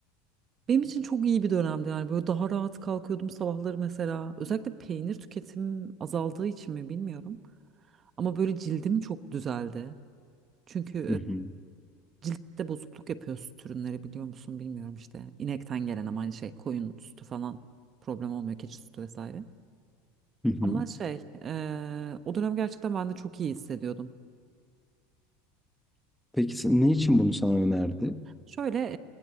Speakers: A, on the right; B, in the centre.
A: Benim için çok iyi bir dönemdi yani böyle daha rahat kalkıyordum sabahları mesela. Özellikle peynir tüketimim azaldığı için mi bilmiyorum. Ama böyle cildim çok düzeldi. Çünkü
B: Hı hı.
A: e, ciltte bozukluk yapıyor süt ürünleri biliyor musun bilmiyorum işte. İnekten gelen ama aynı şey koyun sütü falan problem olmuyor keçi sütü vesaire.
B: Hı hı.
A: Ama şey e, o dönem gerçekten ben de çok iyi hissediyordum.
B: Peki sen- ne için bunu sana önerdi?
A: Şöyle